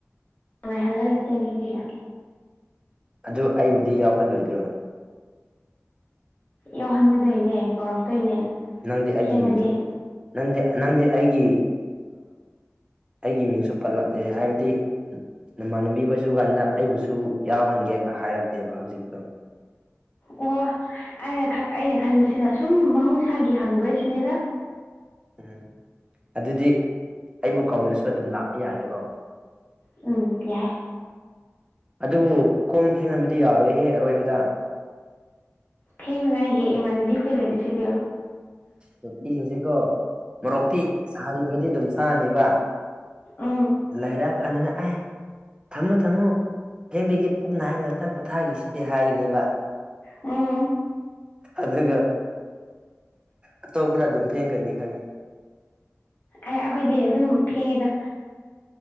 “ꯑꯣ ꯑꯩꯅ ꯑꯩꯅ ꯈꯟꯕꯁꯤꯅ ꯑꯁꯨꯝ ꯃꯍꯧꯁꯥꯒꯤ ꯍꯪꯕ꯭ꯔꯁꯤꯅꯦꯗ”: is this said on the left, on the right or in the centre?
Left